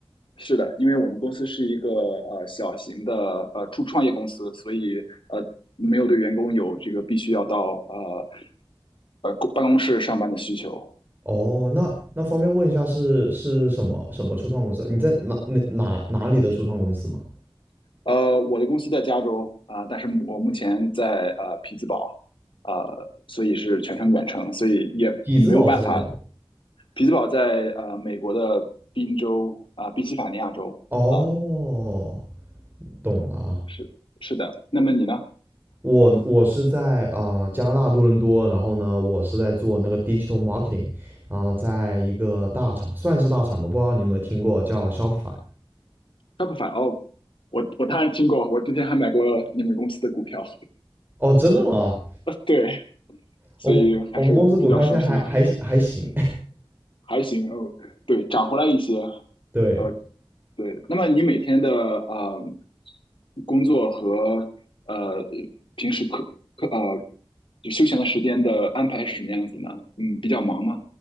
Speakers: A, on the left; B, on the right.
A: 是的，因为我们公司是一个呃小型的呃初创业公司，所以呃没有对员工有这个必须要到呃呃公办公室上班的需求，
B: 哦，那那方便问一下是是什么什么初创公司？你在哪哪哪哪里的初创公司吗？
A: 呃，我的公司在加州啊，但是我目前在呃匹兹堡，呃，所以是全程远程，所以也没有办法。
B: 匹兹堡是在哪？
A: 匹兹堡在呃美国的宾州啊，宾夕法尼亚州啊，
B: 哦，懂了啊。
A: 是是的。那么你呢
B: 我我是在啊、呃加拿大多伦多，然后呢，我是在做那个 digital marketing，然后在一个大厂，算是大厂吧，不知道你有没有听过叫 Shopify？
A: ？Shopify 哦，我我当然听过，我之前还买过你们公司的股票，
B: 哦，真的吗？
A: <laughs> 对，所以还是比较熟悉。
B: 我我们公司股票现在还还还行，
A: 还行，嗯，对，涨回来一些，
B: <laughs> 对。
A: 呃，对。那么你每天的呃工作和呃平时课课呃就休闲的时间的安排是什么样子呢？嗯，比较忙吗？